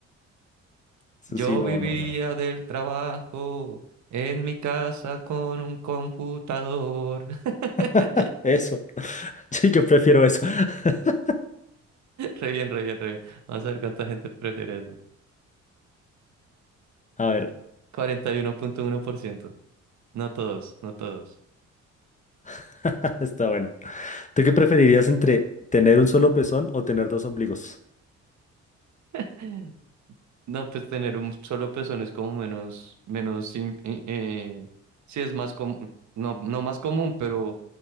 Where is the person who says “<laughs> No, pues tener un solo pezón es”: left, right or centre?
Right